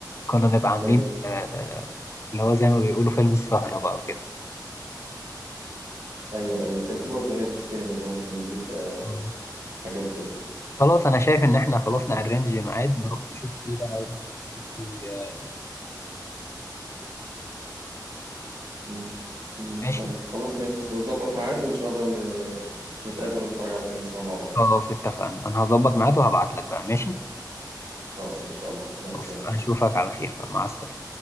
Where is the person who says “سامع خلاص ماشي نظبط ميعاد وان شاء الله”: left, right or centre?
Right